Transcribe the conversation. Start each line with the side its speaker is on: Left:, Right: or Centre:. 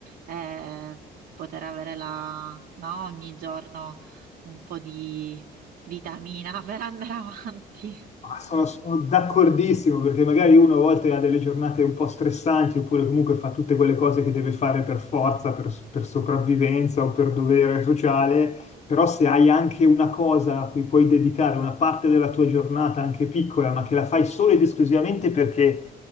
Right: eh, poter avere la, no, ogni giorno un po' di vitamina <laughs> per andare avanti.
Left: Ah, Sono, sono d'accordissimo perché magari uno a volte ha delle giornate un po' stressanti oppure comunque fa tutte quelle cose che deve fare per forza, per, per sopravvivenza o per dovere sociale, però se hai anche una cosa a cui puoi dedicare una parte della tua giornata, anche piccola, ma che la fai solo ed esclusivamente perché